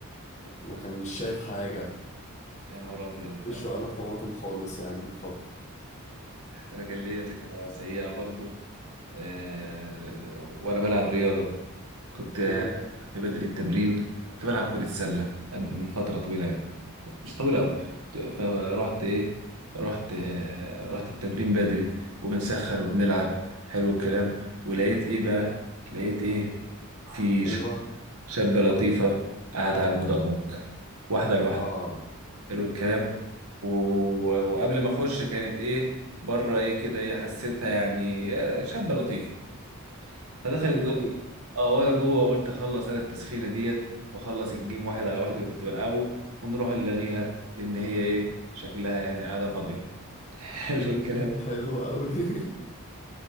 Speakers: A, on the right; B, on the left.
A: أنا-
B: وكان مش شايف حاجة
A: يا نهار ابيض
B: وشه
A: انا
B: قلب طماطم خالص يعني من الخبط
A: انا كان ليا ذكرى سيئه برضو آه، وانا بلعب رياضه كنت
B: مم.
A: كنت بدري التمرين كنت بلعب كرة سلة قبل- من فترة طويلة يعني مش طويلة أوي فرحت إيه رحت آه، رحت التمرين بدري وبنسخن وبنلعب حلو الكلام ولقيت إيه بقى لقيت إيه في
B: أيوه
A: ش- شابة لطيفة قاعدة على المدرج واحدة لواحدة
B: اه
A: حلو الكلام و... وقبل ما أخش كانت إيه بره إيه كده إيه حسيتها يعني آه، شابة لطيفة فدخلت
B: جميل
A: جوه اه وانا جوه قلت اخلص انا التسخينه ديت واخلص الجيم واحد على واحد اللي كنت بلعبه ونروح نلاغيها لان هي ايه شكلها يعني قاعده فاضيه <laughs> حلو الكلام
B: حلو أوي <laughs>